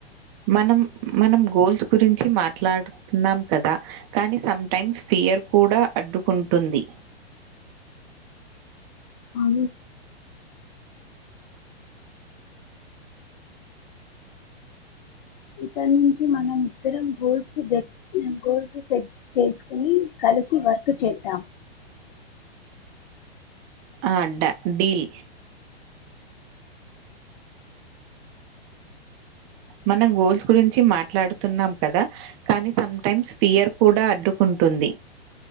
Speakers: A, on the right; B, on the left.
A: మనం మనం గోల్స్ గురించి మాట్లాడుతున్నాం కదా కానీ సటైమ్స్ ఫియర్ కూడా అడ్డుకుంటుంది
B: అ ఇక్కడ నుంచి మనం ఇద్దరం గోల్స్ గోల్స్ సెట్ చేసుకుని కలిసి వర్క్ చేద్దాం
A: ఆ డ డల్ మనం గోల్స్ గురించి మాట్లాడుతున్నాం కదా కానీ సమ్‌టైమ్స్ ఫియర్ కూడా అడ్డుకుంటుంది